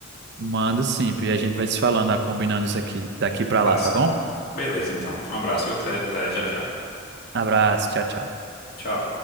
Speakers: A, on the right (about 60°); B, on the left (about 50°).
A: Mando sim, e a gente vai se falando, ah, combinando isso aqui, daqui pra
B: Tá
A: lá,
B: certo.
A: tá bom?
B: Beleza, então. Um abraço e até, até já já.
A: Abraço, tchau, tchau.
B: Tchau.